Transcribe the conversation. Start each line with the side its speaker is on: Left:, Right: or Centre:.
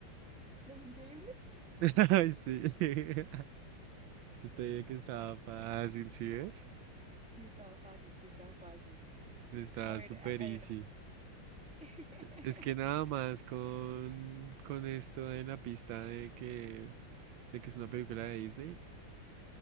Centre: ¿Los Increíbles?
Right: <laughs> Ay, sí. <laughs> Yo te dije que estaba fácil, ¿sí ves?
Centre: Sí, estaba fácil, sí, estaba fácil.
Right: Estaba
Centre: A ver,
Right: súper
Centre: a, a
Right: easy.
Centre: ver. <laughs>
Right: Es que nada más con, con esto de la pista de que, de que es una película de Disney,